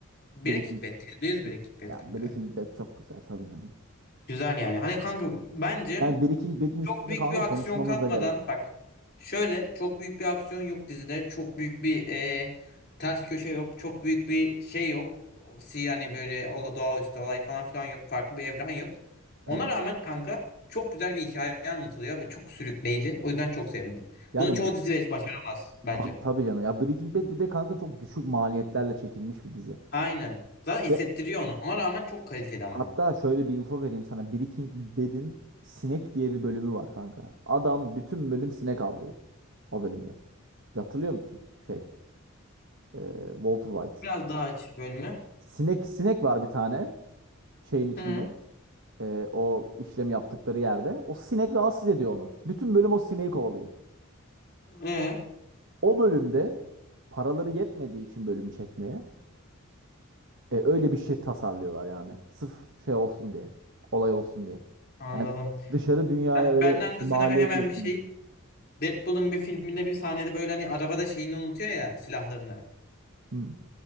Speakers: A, on the left (about 45°); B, on the right (about 60°).
A: Bire
B: Breaking
A: kickbet. %100 bire kickbet
B: ya
A: kanka.
B: Breaking Bad çok güzel tabii canım.
A: Güzel yani. Hani kanka bence
B: Yani Breaking Bad'in
A: çok
B: üstünde
A: büyük
B: kanka
A: bir aksiyon
B: konuşmamız
A: katmadan
B: da gerek.
A: bak şöyle çok büyük bir aksiyon yok dizide. Çok büyük bir e, ters köşe yok. Çok büyük bir şey yok. Si- Yani böyle ola- doğaüstü olay falan filan yok. Farklı bir evren yok. Ona
B: Evet.
A: rağmen kanka çok güzel bir hikaye anlatılıyor ve çok sürükleyici. O yüzden çok sevdim.
B: Yani
A: Bunu çoğu
B: bu-
A: dizi beş- başaramaz bence.
B: kanka, tabii canım. Ya Breaking Bad bir de kanka çok düşük maliyetlerle çekilmiş bir dizi.
A: Aynen. Zaten hissettiriyor
B: Ve
A: onu. Ona rağmen çok kaliteli ama.
B: hatta şöyle bir info vereyim sana. Breaking Bad'in sinek diye bir bölümü var kanka. Adam bütün bölüm sinek avlıyor o bölümde. Bir Hatırlıyor musun? Şey, e, Walter White.
A: Biraz daha aç bölümü.
B: Sinek sinek var bir tane şeyin içinde.
A: Hı.
B: e, o işlemi yaptıkları yerde. O sinek rahatsız ediyor onu. Bütün bölüm o sineği kovalıyor.
A: Ee,
B: O bölümde paraları yetmediği için bölümü çekmeye e, öyle bir şey tasarlıyorlar yani. Sırf şey olsun diye. Olay olsun diye.
A: anladım.
B: Yani dışarı dünyaya
A: Ben,
B: öyle
A: benden
B: şey,
A: de sana
B: maliyet
A: hemen
B: yetmiyor.
A: bir şey. Deadpool'un bir filminde bir sahnede böyle hani arabada şeyini unutuyor ya silahlarını.
B: Hı,